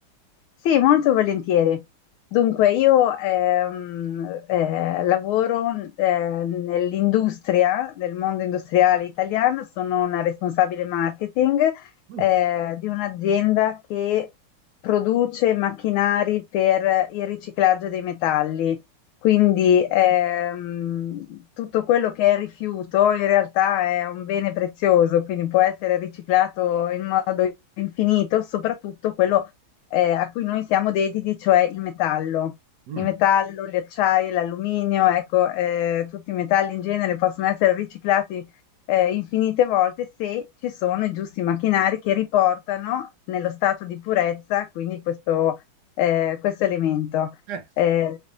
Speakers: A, on the left; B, on the right.
A: Sì, molto volentieri. Dunque, io ehm, eh, lavoro eh, nell'industria, nel mondo industriale italiano, sono una responsabile marketing
B: Mm,
A: eh, di un'azienda che produce macchinari per il riciclaggio dei metalli. Quindi ehm, tutto quello che è rifiuto in realtà è un bene prezioso, quindi può essere riciclato in modo infinito, soprattutto quello eh, a cui noi siamo dediti, cioè il metallo.
B: mm.
A: Il metallo, gli acciai, l'alluminio, ecco, eh, tutti i metalli in genere possono essere riciclati eh, infinite volte se ci sono i giusti macchinari che riportano nello stato di purezza, quindi questo, eh, questo elemento.
B: Eh,
A: Eh,